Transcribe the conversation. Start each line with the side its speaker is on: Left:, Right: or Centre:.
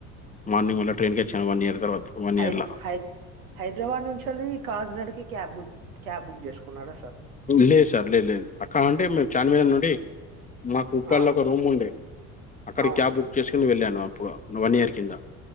Left: మార్నింగ్ ట్రైన్కి వచ్చాను వన్ ఇయర్ తర్వాత వన్
Right: హై
Left: ఇయర్లా
Right: హై హైదరాబాద్ నుంచి అళ్ది కాకినాడకి క్యాబ్ బుక్ క్యాబ్ బుక్ చేసుకున్నాడా సార్
Left: లేదు సార్ లేదు లేదు అక్క ఉంటే మేము చార్మినార్ నుండి మాకు కుప్పలో
Right: ఆ
Left: ఒక రూమ్ ఉండే అక్కడికి
Right: అవును
Left: క్యాబ్ బుక్ చేసుకుని వెళ్ళాను ఇప్పుడు వన్ ఇయర్ కింద